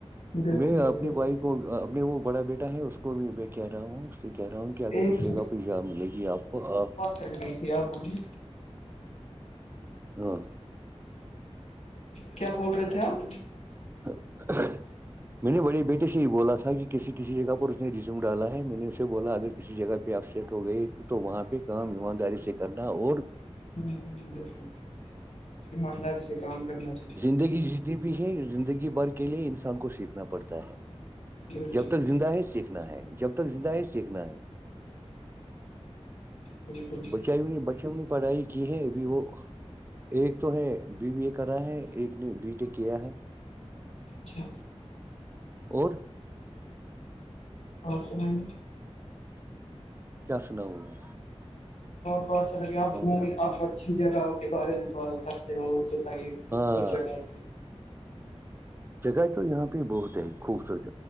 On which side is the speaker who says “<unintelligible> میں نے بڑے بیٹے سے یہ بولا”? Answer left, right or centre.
Right